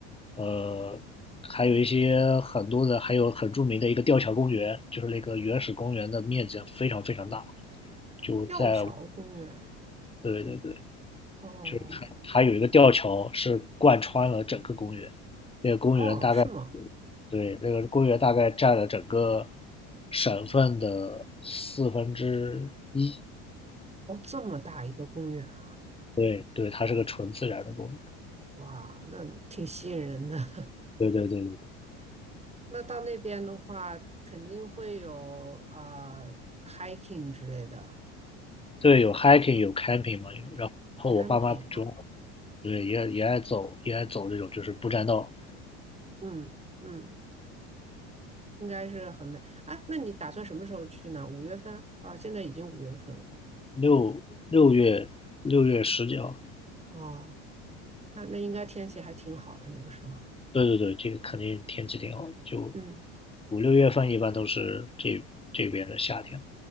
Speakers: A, on the left; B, on the right.
A: 呃，还有一些很多的，还有很著名的一个吊桥公园，就是那个原始公园的面积非常非常大，就在
B: 吊桥公园。
A: 对对对。
B: 哦
A: 就是它它有一个吊桥是贯穿了整个公园，那个公园大概
B: 哦，是吗？
A: 对那个公园大概占了整个省份的四分之一。
B: 哦，这么大一个公园啊，
A: 对对，它是个纯自然的公园。
B: 哇，那挺吸引人的。<laughs>
A: 对对对对
B: 那到那边的话，肯定会有啊、呃 hiking 之类的
A: 对，有 hiking 有 camping 嘛，有然后我爸妈就，
B: camping 哦，
A: 对也也爱走也爱走这种就是不占道。
B: 嗯嗯，应该是很美。哎，那你打算什么时候去呢？五月份啊，现在已经五月份了。
A: 六六月六月十几号，
B: 哦，那那应该天气还挺好的那个时候。
A: 对对对，这个肯定天气挺好的，就
B: 嗯
A: 五六月份一般都是这这边的夏天。